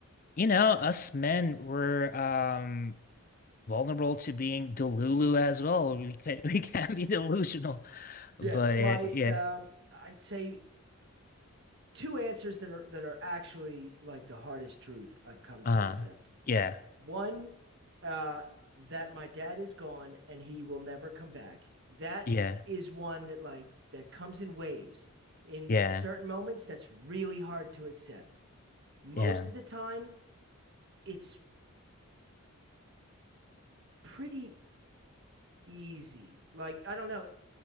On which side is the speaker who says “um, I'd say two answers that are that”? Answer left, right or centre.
Right